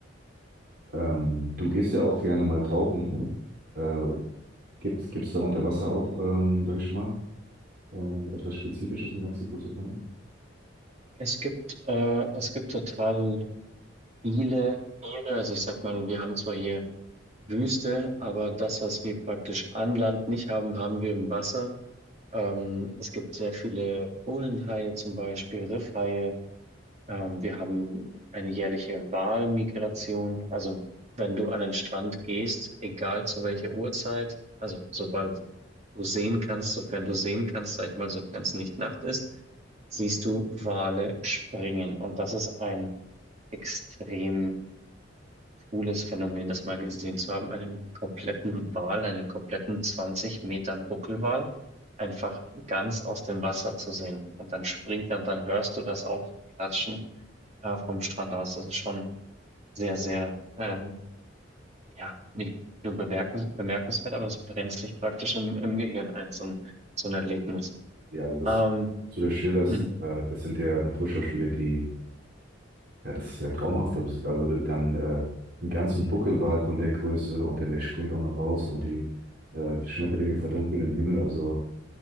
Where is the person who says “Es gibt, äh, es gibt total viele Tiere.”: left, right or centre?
Right